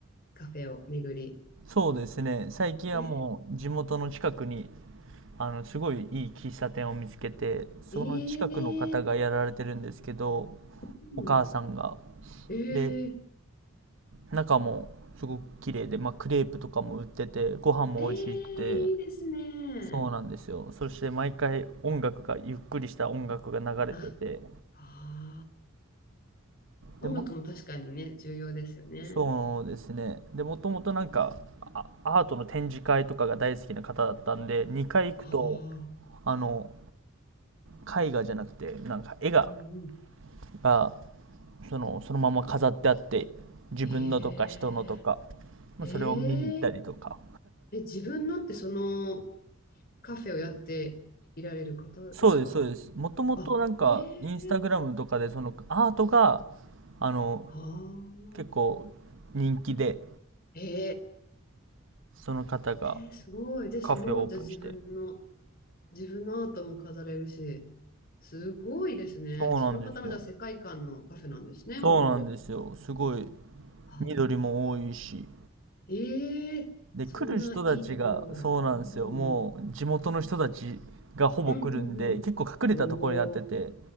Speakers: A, on the left (about 45°); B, on the right (about 65°).
A: カフェを巡り。
B: そうですね。最近はもう地元の近くに、
A: ね
B: あの、すごいいい喫茶店を見つけて、その近くの方がやられてるんですけど、
A: え。ええうん。
B: お母さんが。
A: ええ
B: で、中もすごく綺麗で、まあ、クレープとかも売ってて、ご飯も美味しくて、
A: ええいいですね。
B: そうなんですよ。そして毎回音楽が、ゆっくりした音楽が流れてて、
A: あ、ああ音楽も確かにね、
B: でも、
A: 重要ですよね。
B: そうですね。で、もともとなんか、あアートの展示会とかが大好きな方だったんで、2回行くと、
A: ああ、
B: あの、絵画じゃなくて、なんか絵が、
A: うんうん。
B: がその、そのまま飾ってあって、自分のとか人のとか、
A: え
B: まあそれを見に行ったりとか、
A: ええええ、自分のってそのカフェをやっていられる方ですか
B: そうです、そうです。もともとなんか、
A: あ、え
B: インスタグラムとかで、
A: え
B: そのアートが、あの、
A: ああ、
B: 結構人気で、
A: ええ
B: その方が
A: ええええすごい。で、
B: カフェをオープンして。
A: その、じゃあ自分の自分のアートも飾れるし、すごいですね。
B: そうなんですよ。
A: その方のじゃあ世界観のカフェなんですね、本当。
B: そうなんですよ。すごい、
A: は
B: 緑も多いし。
A: ええそんないいところが。
B: で、来る人たちが、そうなんですよ。
A: うん。
B: もう、地元の人たちがほぼ来るんで、
A: うんうんうん。
B: 結構隠れたところになってて、
A: おー。